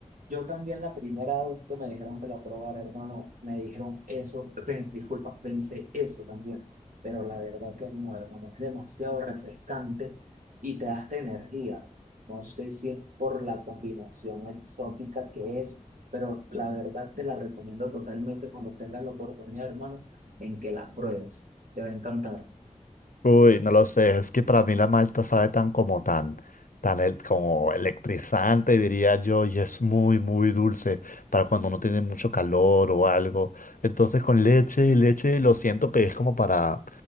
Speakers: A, on the right; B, on the left.
A: Yo también la primera vez que me dijeron que la probara, hermano, me dijeron eso, pe- disculpa, pensé eso también, pero la verdad que no, hermano, es demasiado refrescante y te da esta energía. No sé si es por la combinación exótica que es, pero la verdad te la recomiendo totalmente cuando tengas la oportunidad, hermano, en que la pruebes. Te va a encantar.
B: Uy, no lo sé, es que para mí la malta sabe tan como tan, tan el- como electrizante, diría yo, y es muy, muy dulce para cuando no tiene mucho calor o algo. Entonces con leche, leche lo siento que es como para,